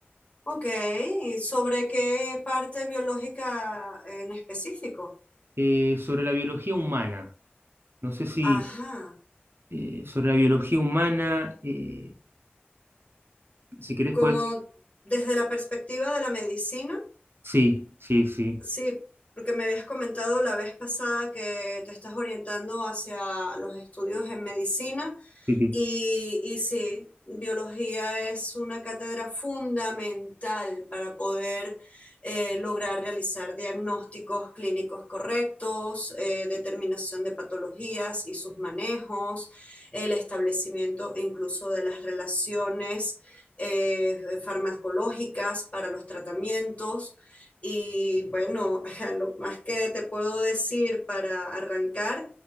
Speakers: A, on the left (about 30°); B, on the right (about 70°).
A: Ok, ¿y sobre qué parte biológica en específico?
B: Eh, sobre la biología humana. No sé si
A: Ajá,
B: eh, sobre la biología humana, eh, si querés
A: como
B: podés...
A: desde la perspectiva de la medicina.
B: Sí, sí, sí,
A: Sí, porque me habías comentado la vez pasada que te estás orientando hacia los estudios en medicina
B: sí, sí.
A: y, y sí, biología es una cátedra fundamental para poder eh, lograr realizar diagnósticos clínicos correctos, eh, determinación de patologías y sus manejos, el establecimiento incluso de las relaciones eh, farmacológicas para los tratamientos. Y bueno, <laughs> lo más que te puedo decir para arrancar